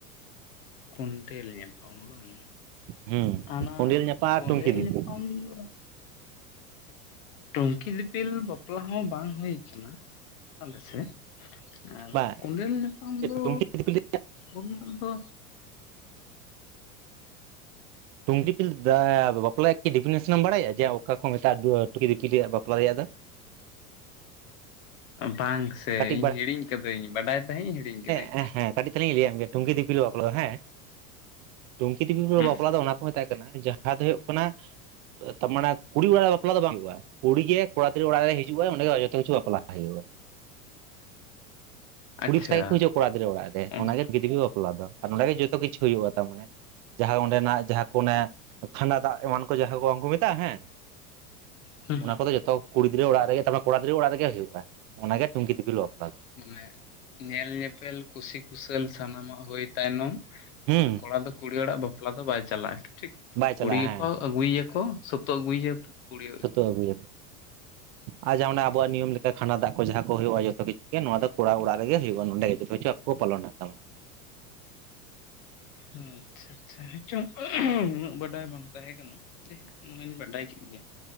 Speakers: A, on the left (about 60°); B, on the right (about 45°).
A: ᱠᱳᱰᱮᱞ ᱧᱟᱯᱟᱢ <unintelligible> ᱵᱟᱝ
B: ᱦᱩᱸ
A: ᱦᱟᱱᱟ
B: ᱠᱚᱸᱰᱮᱞ ᱧᱟᱯᱟᱢ
A: ᱠᱚᱸᱰᱮᱮᱞ
B: ᱟᱨ ᱴᱩᱝᱠᱤ ᱫᱤᱯᱤᱞ
A: ᱧᱟᱯᱟᱢ ᱫᱚ ᱴᱩᱝᱠᱤ ᱫᱤᱯᱤᱞ ᱵᱟᱯᱞᱟ ᱦᱚᱸ ᱵᱟᱝ ᱦᱩᱭ ᱟᱠᱟᱱᱟ ᱟᱞᱮ ᱥᱮᱫ ᱟᱨ
B: ᱵᱟᱝ
A: ᱠᱚᱸᱰᱮᱞ ᱧᱟᱯᱟᱢ ᱫᱚᱻ
B: ᱴᱩᱝᱠᱤ ᱫᱤᱯᱤᱞ
A: ᱩᱱᱟᱹᱜ ᱫᱚ
B: ᱴᱩᱝ ᱫᱤᱯᱤᱞ ᱫᱟ ᱵᱟᱯᱞᱟ ᱤ ᱰᱤᱯᱷᱤᱱᱮᱥᱚᱱᱮ ᱮᱢ ᱵᱟᱲᱟᱭᱟ ᱡᱮ ᱚᱠᱟ ᱠᱚ ᱢᱮᱛᱟᱜᱼᱟ ᱴᱠᱤᱠᱤ ᱫᱤᱯᱤᱞ ᱨᱮᱭᱟᱜ ᱵᱟᱯᱞᱟ ᱨᱮᱭᱟᱜ ᱫᱚ
A: ᱵᱟᱝ ᱥᱮ
B: ᱠᱟᱹᱴᱤᱡ
A: ᱤᱧ
B: ᱵᱟᱲᱟᱭ
A: ᱦᱤᱲᱤᱧ ᱠᱟᱹᱫᱟᱹᱧ ᱵᱟᱰᱟᱭ ᱛᱟᱦᱮᱸᱫᱟᱧ ᱦᱤᱲᱤᱧ ᱠᱤᱫᱟᱹᱧ
B: ᱦᱮᱸ ᱠᱟᱹᱴᱤ ᱛᱟᱦᱚᱞᱮ ᱞᱟᱹᱭᱟᱢ ᱜᱮᱭᱟ ᱴᱩᱝᱠ ᱫᱤᱯᱤᱞ ᱵᱟᱯᱞᱟ ᱦᱮᱸ ᱴᱩᱝᱠᱤ ᱛᱤᱯᱤ ᱠᱚ
A: ᱦᱩᱸ
B: ᱵᱟᱯᱞᱟ ᱫᱚ ᱚᱱᱟ ᱠᱚ ᱢᱮᱛᱟᱜ ᱠᱟᱱᱟ ᱡᱟᱦᱟᱸ ᱫᱚ ᱦᱩᱭᱩᱜ ᱠᱟᱱᱟ ᱢᱟᱱᱮ <unintelligible> ᱠᱩᱲᱤ ᱚᱲᱟᱜ ᱨᱮ ᱵᱟᱯᱞᱟ ᱫᱚ ᱵᱟᱝ ᱦᱩᱭᱩᱜᱼᱟ ᱠᱩᱲᱤ ᱜᱮ ᱠᱚᱲᱟ ᱜᱤᱫᱲᱟ ᱚᱲᱟᱜ ᱨᱮ ᱦᱤᱡᱩᱜᱼᱟ ᱚᱸᱰᱮ ᱜᱮ ᱡᱚᱛᱚ ᱠᱤᱪᱷᱩ ᱵᱟᱯᱞᱟ ᱦᱩᱭᱩᱜᱼᱟ
A: ᱟᱪᱪᱷᱟ
B: ᱠᱩᱲᱤ ᱯᱟᱥᱴᱟ ᱜᱮᱠᱚ ᱦᱤᱡᱩᱜᱼᱟ ᱠᱚᱲᱟ ᱜᱤᱫᱽᱨᱟᱹᱲ ᱨᱮ
A: ᱦᱩᱸ
B: ᱚᱱᱟᱜᱮ ᱜᱤᱫᱽᱨᱟᱹ ᱵᱟᱯᱞᱟ ᱫᱚ ᱟᱨ ᱱᱚᱸᱰᱮ ᱜᱮ ᱡᱚᱛᱚ ᱠᱤᱪᱷᱩ ᱦᱩᱭᱩᱜᱼᱟ ᱛᱟ ᱢᱟᱱᱮ ᱡᱟᱦᱟᱸ ᱚᱸᱰᱮᱱᱟᱜ ᱡᱟᱦᱟᱸ ᱠᱚ ᱚᱱᱮ ᱠᱷᱟᱸᱰᱟ ᱫᱟᱜ ᱮᱢᱟᱱ ᱠᱚ ᱡᱟᱦᱟᱸ ᱠᱚ ᱩᱱ ᱠᱚ ᱢᱮᱛᱟᱜᱼᱟ ᱦᱮᱸ
A: ᱦᱩᱸ
B: ᱚᱱᱟ ᱠᱚᱫᱚ ᱡᱚᱛᱚ ᱠᱩᱲᱤ ᱜᱤᱫᱽᱨᱟᱹ ᱚᱲᱟᱜ ᱨᱮᱜ ᱛᱟᱨᱯᱚᱨ ᱠᱚᱲᱟ ᱜᱤᱫᱽᱨᱟᱹ ᱚᱲᱟᱜ ᱛᱮᱜᱮ ᱦᱩᱭᱩᱜᱼᱟ ᱚᱱᱟᱜᱮ ᱴᱩᱝᱠᱤ ᱫᱤᱯᱤ ᱞᱚᱜᱼᱟ!
A: ᱢᱟᱱᱮ ᱧᱮᱞ ᱧᱮᱯᱮᱞ ᱠᱩᱥᱤ ᱠᱩᱥᱟᱹᱞ ᱥᱟᱱᱟᱢᱟᱜ ᱦᱩᱭ ᱛᱟᱭᱱᱚᱢ
B: ᱦᱩᱸ
A: ᱢᱟᱱᱮ ᱠᱚᱲᱟ ᱫᱚ ᱠᱩᱲᱤ ᱦᱚᱲᱟᱜ ᱵᱟᱯᱞᱟ ᱫᱚ ᱵᱟᱭ ᱪᱟᱞᱟᱜᱼᱟ ᱴᱷᱤᱠ ᱛᱚ
B: ᱵᱟᱭ
A: ᱠᱩᱲᱤ
B: ᱪᱟᱞᱟᱜᱼᱟ ᱦᱮᱸ
A: ᱜᱮᱠᱚ ᱟᱹᱜᱩᱭᱮᱭᱟᱠᱚ ᱥᱳᱛᱚ ᱟᱹᱜᱩᱭᱟᱠᱚ ᱠᱩᱲᱤ
B: ᱥᱩᱛᱟᱹ ᱟᱹᱜᱩᱭᱟᱠᱚ ᱟᱨ ᱡᱟᱦᱟᱸ ᱚᱵᱮ ᱟᱵᱚᱣᱟᱜ ᱱᱤᱭᱚᱢ ᱞᱮᱠᱟ ᱠᱷᱟᱸᱟᱱᱟᱰᱟ ᱫᱟᱜ ᱠᱚ ᱡᱟᱦᱟᱸ ᱠᱚ ᱦᱩᱭᱩᱜᱼᱟ ᱡᱚᱛᱚ ᱠᱤᱪᱷᱩ ᱱᱚᱣᱟ ᱫᱚ ᱠᱚᱲᱟ ᱚᱲᱟᱜ ᱨᱮᱜᱮ ᱦᱩᱭᱩᱜᱼᱟ ᱱᱚᱰᱮ ᱜᱮ ᱡᱚᱛᱚ ᱠᱤᱪᱷᱩ ᱟᱠᱚ ᱠᱚ ᱯᱟᱞᱚᱱ ᱦᱟ ᱛᱟᱢᱟ
A: ᱟᱪᱪᱷᱟ ᱟᱪᱪᱷᱟ ᱦᱸᱮᱪᱚᱝ <unintelligible> ᱩᱱᱟᱹᱜ ᱵᱟᱰᱟᱭ ᱵᱟᱝ ᱛᱟᱦᱮᱸ ᱠᱟᱱᱟ <unintelligible> ᱦᱚᱧ ᱵᱟᱰᱟᱭ ᱠᱮᱫ ᱜᱮᱭᱟ